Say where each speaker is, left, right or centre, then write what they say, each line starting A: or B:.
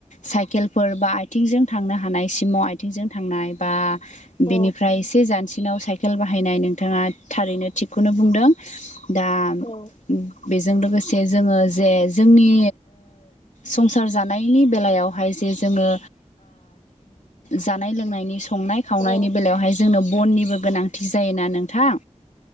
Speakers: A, on the left; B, on the left.
A: साइकेलफोर बा आथिंजों थांनो हानाय सिमाव आथिंजों थांनाय बा
B: औ
A: बेनिफ्राय एसे जानस सेल बायनाय नोंथाङा थारैनो थिखौनो बुंदों दा
B: औ
A: जों लोगोसे जोङो जे जोंनि संसार जानायनि बेलायावहाय जे जोङो जानाय लोंनायनि संनाय खावनायनि
B: औ
A: बेलायावहाय जोंनो बननिबो गोनांथि जायोना नोंथां